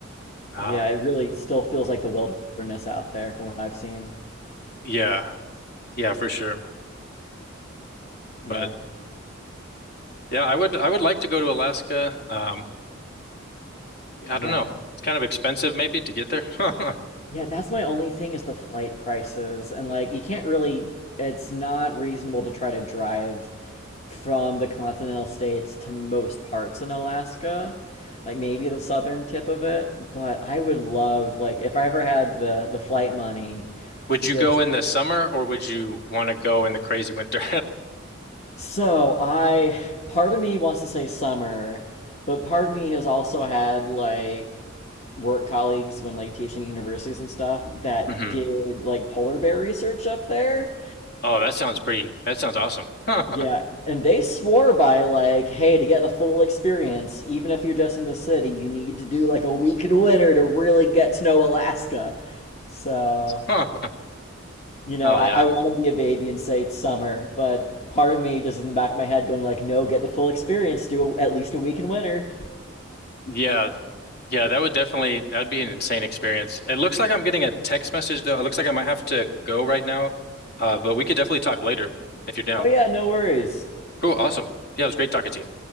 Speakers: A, on the left; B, on the left.
A: Um,
B: Yeah, it really still feels like the wilderness out there from what I've seen.
A: yeah. Yeah, for sure.
B: Yeah,
A: But yeah, I would I would like to go to Alaska. Um, I
B: yeah.
A: don't know. It's kind of expensive maybe to get there. <laughs>
B: Yeah, that's my only thing is the flight prices. And like you can't really it's not reasonable to try to drive from the continental states to most parts in Alaska. Like maybe the southern tip of it, but I would love like if I ever had the the flight money
A: Would
B: to
A: you
B: just
A: go in the summer or would you want to go in the crazy winter?
B: so I part of me wants to say summer, but part of me has also had like work colleagues when like teaching universities and stuff that
A: <laughs> hmm
B: did like polar bear research up there
A: Oh, that sounds pretty. That sounds awesome. <laughs>
B: Yeah, and they swore by like, hey, to get the full experience, even if you're just in the city, you need to do like a week in winter to really get to know Alaska. So
A: Oh
B: you know,
A: yeah.
B: I, I want to be a baby and say it's summer, but part of me just in the back of my head going like, no, get the full experience, do a, at least a week in winter.
A: Yeah. Yeah, that would definitely that would be an insane experience. It looks like I'm getting a text message though. It looks like I might have to go right now. Uh, but we could definitely talk later if you're down.
B: Oh yeah, no worries.
A: Cool, awesome. Yeah, it was great talking to you.